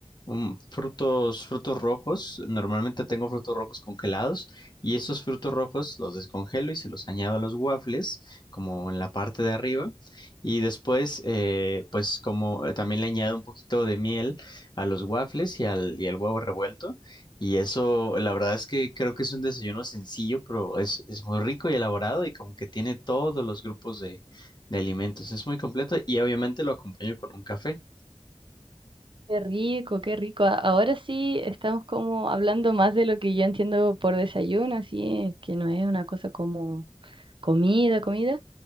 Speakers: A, on the left; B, on the right.
A: un- frutos, frutos rojos. Normalmente tengo frutos rojos congelados y esos frutos rojos los descongelo y se los añado a los waffles, como en la parte de arriba. Y después, eh, pues como eh, también le añado un poquito de miel a los waffles y al, y al huevo revuelto. Y eso, la verdad es que creo que es un desayuno sencillo, pero es, es muy rico y elaborado y como que tiene todos los grupos de alimentos. Es muy completo y obviamente lo acompaño con un café.
B: Qué rico, qué rico. A- Ahora sí estamos como hablando más de lo que yo entiendo por desayuno, así que no es una cosa como comida, comida.